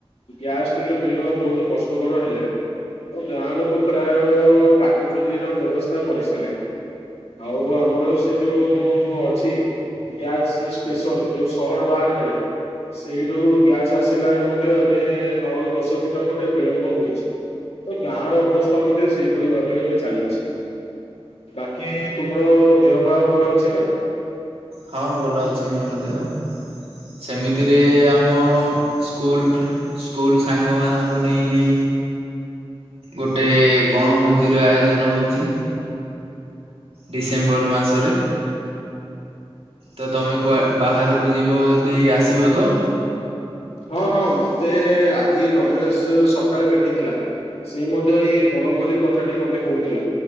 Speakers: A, on the left; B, on the right.
A: ଗ୍ୟାସ୍ ଟିକେ ମିଳିବା ବହୁତ କଷ୍ଟକର ହେଲାଣି। ତ ଗାଁ ଲୋକ ପ୍ରାୟ କାଠ ଚୁଲିର ବ୍ୟବସ୍ଥା କରିସାରିଲେଣି। ଆଉ ଆମର ସେ ଯୋଉ ଅଛି। ଗ୍ୟାସ ଷ୍ଟେସନ ଯୋଉ ସହର ବାହାରେ ସେଇଠୁ ଗ୍ୟାସ ଆସିଲାରେ ମଧ୍ୟ ଏବେ ନଅରୁ ଦଶ ଦିନ ଖଣ୍ଡେ ବିଳମ୍ବ ହୋଇଛି। ତ ଗାଁ ର ଅବସ୍ଥା ମଧ୍ୟ ସେପରି ଭାବରେ ଏବେ ଚାଲିଛି ବା କି ତୁମର ଦେହପାଆ ଭଲ ଅଛି ନା।
B: ହଁ ଭଲ ଅଛି ମୋର ଦେହ। ସେମିତିରେ ଆମ ସ୍କୁଲ ସ୍କୁଲ ସାଙ୍ଗମାନଙ୍କୁ ନେଇକି ଗୋଟେ ବଣଭୋଜିର ଆୟୋଜନ ହଉଛି। ଡିସେମ୍ବର ମାସରେ। ତ ତମେ କୁଆ ବାହାରକୁ ଯିବ ଯଦି ଆସିବ ତ?
A: ହଁ ହଁ ମତେ ଆଜି ରମେଶ୍ ସକାଳେ ଭେଟିଥିଲା। ସେ ମଧ୍ୟ ଏଇ ବଣଭୋଜି କଥାଟି ମତେ କହୁଥିଲା।